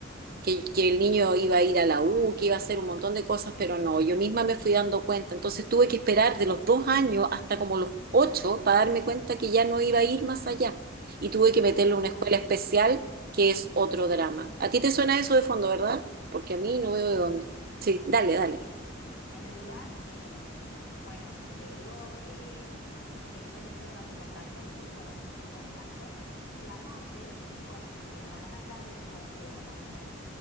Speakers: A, on the right; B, on the left.
A: que, que el niño iba a ir a la U, que iba a hacer un montón de cosas, pero no, yo misma me fui dando cuenta. Entonces tuve que esperar de los dos años hasta como los ocho para darme cuenta que ya no iba a ir más allá. Y tuve que meterlo
B: claro.
A: a una escuela especial, que es otro drama. ¿A ti te suena eso de fondo, verdad? Porque a mí no veo
B: Eh,
A: de
B: sí.
A: dónde. Sí, dale, dale.
B: Sí, eh, en realidad, em, bueno, como te digo, eh, eh, no he tenido tanto contacto, sí conozco estos dos casos y aparte, bueno, mi hermana más grande, vos sabés que ella también es,